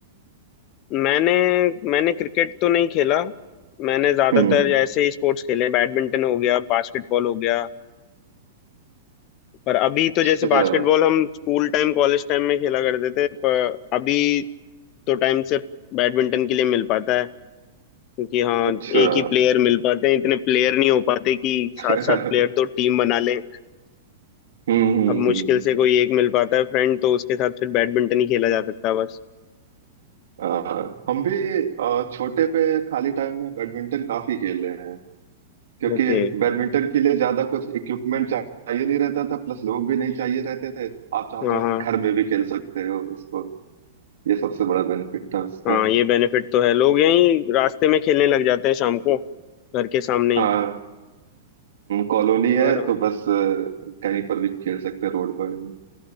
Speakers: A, on the left; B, on the right.
A: मैंने मैंने क्रिकेट तो नहीं खेला मैंने ज्यादातर
B: हम्म
A: ऐसे ही स्पोर्ट्स खेले बैडमिंटन हो गया बास्केटबॉल हो गया पर अभी तो
B: अच्छा
A: जैसे बास्केटबॉल हम स्कूल टाइम कॉलेज टाइम में खेला करते थे पर अभी तो टाइम सिर्फ बैडमिंटन के लिए मिल पाता है क्योंकि हाँ
B: अच्छा
A: एक ही
B: <laughs>
A: प्लेयर मिल पाते हैं इतने प्लेयर नहीं हो पाते कि
B: हम्म
A: सात सात प्लेयर तो टीम बना लें
B: हम्म, हम्म।
A: अब मुश्किल से कोई एक मिल पाता है फ्रेंड तो उसके साथ फिर बैडमिंटन ही खेला जा सकता है बस
B: आ, हम भी आ, छोटे पे खाली टाइम में बैडमिंटन काफी खेले हैं क्योंकि
A: ओके
B: बैडमिंटन के लिए ज्यादा कुछ इक्विपमेंट चाहिए नहीं रहता था प्लस लोग भी नहीं चाहिए रहते थे आप चाहो
A: हाँ
B: तो
A: हाँ
B: घर में भी खेल सकते हो उसको ये सबसे बड़ा बेनिफिट था उसका
A: हाँ ये बेनिफिट तो है लोग यहीं रास्ते में खेलने लग जाते हैं शाम को घर के सामने
B: हाँ
A: ही
B: कॉलोनी
A: तो
B: है
A: आराम
B: तो बस अ, कहीं पर भी खेल सकते हैं रोड पर भी